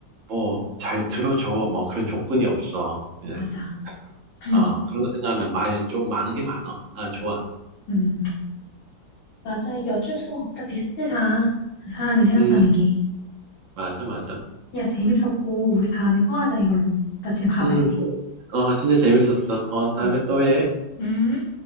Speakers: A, on the right; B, on the left.
A: 뭐 잘 들어줘. 뭐 그런 조건이 없어. 예.
B: 맞아. <clears throat>
A: 어, 그런 거 생각하면 말 좀 많은 게 많아 아, 좋아.
B: 음, 맞아. 이게 어쩔 수가 없다. 비슷해, 다. 사람이 생각하는
A: 음,
B: 게.
A: 맞아, 맞아.
B: 야, 재밌었고, 우리 다음에 또 하자, 이걸로. 나 지금 가봐야
A: 음,
B: 돼.
A: 그- 어, 진짜 재밌었어. 어, 다음에
B: 응.
A: 또 해.
B: 음.